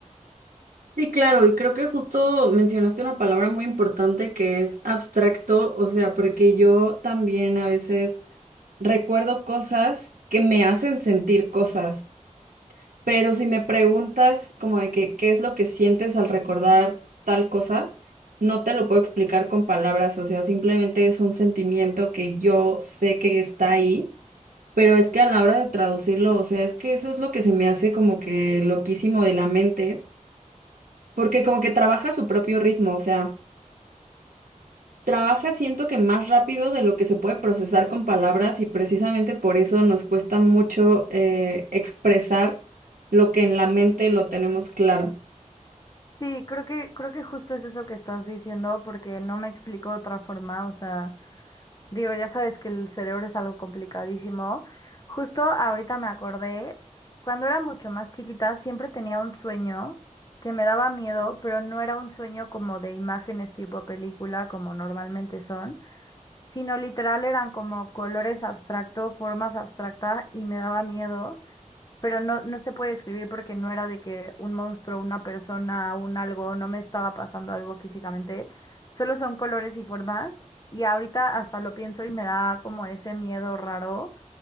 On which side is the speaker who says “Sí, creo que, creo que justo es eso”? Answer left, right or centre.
Left